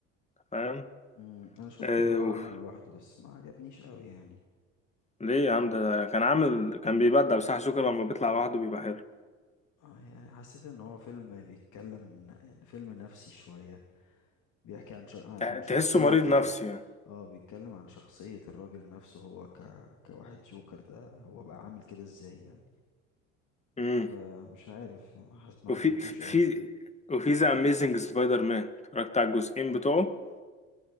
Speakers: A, on the left (about 20°); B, on the left (about 55°).
A: فاهم
B: مم، انا شفت
A: آه
B: اللي هو عمله
A: وف-
B: لوحده بس ما عجبنيش قوي يعني
A: ليه يا عم ده كان عامل كان بيبدع بصح الجوكر لما بيطلع لوحده بيبقى حلو
B: اه يعني حسيت ان هو فيلم بيتكلم يعني فيلم نفسي شوية بيحكي عن ش... عن
A: تح-
B: عن
A: تحسه
B: شخصية
A: مريض نفسي
B: ال...
A: يعني
B: اه بيتكلم عن شخصية الراجل نفسه هو ك... كواحد جوكر ده هو بقى عامل كده ازاي يعني
A: امم
B: فمش عارف حس... ما
A: وفي
B: حبيتوش
A: في في-
B: اه
A: وفي ذا اميزنج سبايدر مان اتفرجت على الجزئين بتوعه